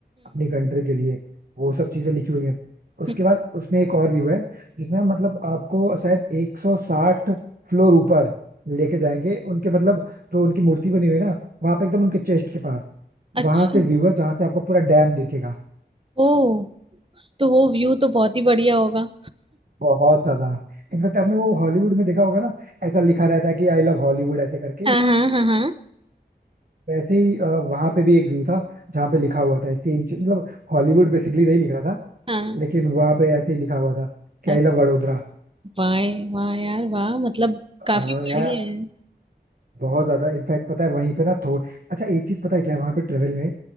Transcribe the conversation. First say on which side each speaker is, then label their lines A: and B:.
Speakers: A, on the right; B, on the right.
A: अपनी कंट्री के लिए वो सब चीजें लिखी हुई हैं उसके
B: हम्म,
A: बाद उसमें एक और व्यू है जिसमें मतलब आपको शायद 160 फ्लोर ऊपर लेके जाएंगे उनके मतलब जो उनकी मूर्ति बनी हुई है ना वहां पे एकदम उनके चेस्ट के पास
B: अच्छा
A: वहां से व्यू है जहाँ से आपको पूरा डैम दिखेगा
B: ओ तो वो व्यू तो बहुत ही बढ़िया होगा
A: बहुत ज्यादा इनफैक्ट आपने वो हॉलीवुड में देखा होगा ना ऐसा लिखा रहता है कि आई लव हॉलीवुड ऐसे करके
B: हाँ हाँ हाँ हाँ
A: वैसे ही अ, वहां पे भी एक व्यू था जहाँ पे लिखा हुआ था सेम चीज, मतलब हॉलीवुड बेसिकली नहीं लिखा था
B: हाँ
A: लेकिन वहां पे ऐसे ही लिखा हुआ था कि
B: अरे
A: आई लव वडोदरा
B: वाह वाह यार वाह मतलब
A: अ,
B: काफी बड़ी
A: यार
B: है
A: बहुत ज्यादा इनफैक्ट पता है वहीं पे ना थोड़ा अच्छा एक चीज पता है क्या है वहां पे ट्रेवल में